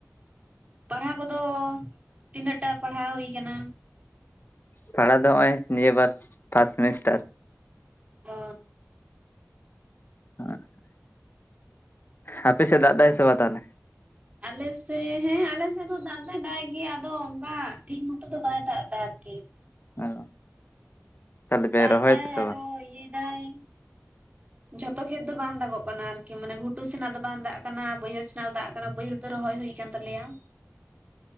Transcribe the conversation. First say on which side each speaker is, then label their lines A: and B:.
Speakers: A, on the right (about 30°); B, on the left (about 45°).
A: ᱯᱟᱲᱦᱟᱣ ᱠᱚᱫᱚ ᱛᱤᱱᱟᱹᱜ ᱴᱟ ᱯᱟᱲᱦᱟᱣ ᱦᱩᱭ ᱠᱟᱱᱟ?
B: ᱯᱟᱲᱟᱦᱟᱣ ᱫᱚ ᱦᱚᱸᱜᱼᱚᱭ ᱱᱤᱭᱟᱹ ᱵᱟᱨ ᱯᱷᱟᱥᱴ ᱥᱮᱢᱤᱥᱴᱟᱨ᱾
A: ᱚ᱾
B: <unintelligible> ᱦᱟᱯᱮ ᱥᱮᱫ ᱫᱟᱜ ᱫᱟᱭ ᱥᱮ ᱵᱟᱝ ᱛᱟᱦᱚᱞᱮ?
A: ᱟᱞᱮᱥᱮ ᱦᱮᱸ ᱟᱞᱮ ᱥᱮᱫ ᱫᱚ ᱫᱟᱜ ᱫᱚᱭ ᱫᱟᱜ-ᱮᱜ ᱜᱮᱭᱟ ᱟᱫᱚ ᱚᱱᱠᱟ ᱴᱷᱤᱠ ᱢᱚᱛᱚ ᱫᱚ ᱵᱟᱭ ᱫᱟᱜ ᱮᱫᱟ ᱟᱨᱠᱤ᱾
B: ᱚ᱾ ᱛᱟᱦᱚᱞᱮ ᱯᱮ
A: ᱫᱟᱜ
B: ᱨᱚᱦᱚᱭ
A: ᱫᱟᱭ
B: ᱫᱟ ᱥᱮ
A: ᱟᱨᱚ
B: ᱵᱟᱝ
A: ᱤᱭᱟᱹᱭ ᱫᱟᱭ᱾ ᱡᱷᱚᱛᱚ ᱠᱷᱮᱛ ᱫᱚ ᱵᱟᱝ ᱫᱟᱜᱚᱜ ᱠᱟᱱᱟ ᱟᱨᱠᱤ ᱢᱟᱱᱮ ᱜᱷᱩᱴᱩ ᱥᱮᱱᱟᱜ ᱫᱚ ᱵᱟᱝ ᱫᱟᱜ ᱠᱟᱱᱟ᱾ ᱵᱟᱹᱭᱦᱟᱹᱲ ᱥᱮᱱᱟᱜ ᱫᱚ ᱫᱟᱜ ᱠᱟᱱᱟ᱾ ᱵᱟᱹᱭᱦᱟᱹᱲ ᱫᱚ ᱨᱚᱦᱚᱭ ᱦᱩᱭ ᱟᱠᱟᱱ ᱛᱟᱞᱮᱭᱟ᱾